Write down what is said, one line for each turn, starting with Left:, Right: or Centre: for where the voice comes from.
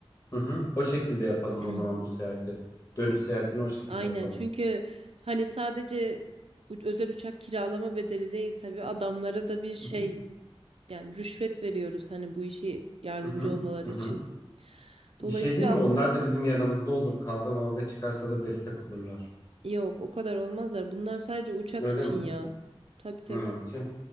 Left: Hı hı. O şekilde yapalım
Right: <clears throat>
Left: o zaman bu seyahati. Dönüş seyahatini o şekilde
Right: Aynen
Left: yapalım.
Right: çünkü hani sadece u- özel uçak kiralama bedeli değil tabii adamlara da bir şey
Left: Hı hı
Right: yani rüşvet veriyoruz hani bu işe yardımcı
Left: hı hı
Right: olmaları
Left: hı
Right: için.
Left: hı. Bir
Right: Dolayısıyla
Left: şey değil mi? Onlar da bizim yanımızda olur. Kavga mavga çıkarsa da destek olurlar.
Right: yok o kadar olmazlar. Bunlar sadece uçak
Left: Öyle
Right: için
Left: mi?
Right: ya. Tabii tabii.
Left: Hı. Tüh.